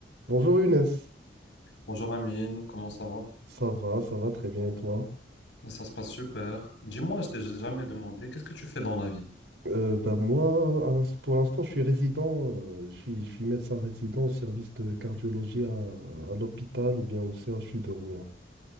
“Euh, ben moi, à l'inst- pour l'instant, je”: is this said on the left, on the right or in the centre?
Right